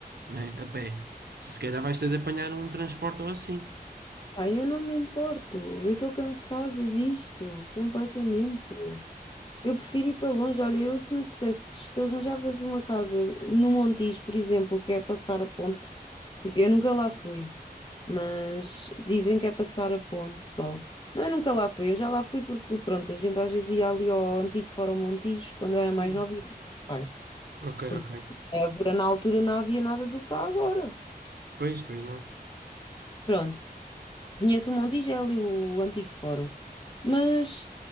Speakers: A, on the right; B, on the left.
A: né? A pé. Tu se calhar vais ter de apanhar um transporte ou assim.
B: Pá, eu não me importo, eu estou cansada disto, completamente. Eu prefiro ir para longe. Olha, eu se me dissesses que arranjavas uma casa no Montijo, por exemplo, que é passar a ponte, porque eu nunca lá fui. Mas dizem que é passar a ponte só. Não, eu nunca lá fui, eu já lá fui porque, pronto, a gente às vezes ia ali ao antigo Fórum Montijo, quando eu era
A: Sim.
B: mais nova, ia com os meus pais.
A: Ok,
B: Porque
A: ok.
B: em Évora, na altura, não havia nada do que há agora.
A: Pois, pois não.
B: Pronto, conheço o Montijo, é ali o antigo Fórum. Mas